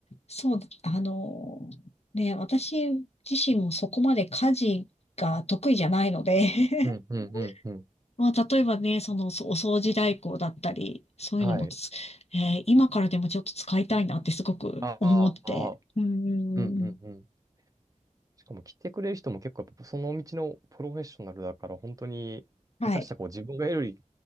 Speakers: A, on the left; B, on the right.
A: そう、あの、ね、私自身もそこまで家事が得意じゃないので
B: うんうんうんうん。
A: <laughs> まあ、例えばね、その、そお掃除代行だったり、そういうのもつ、
B: はい。
A: えー今からでもちょっと使いたいなってすごく思って。
B: ああ、ー
A: うんうんうん、
B: うんうんうん。しかも来てくれる人も結構やっぱその道のプロフェッショナルだから本当に下手したらこう自分がより
A: はい。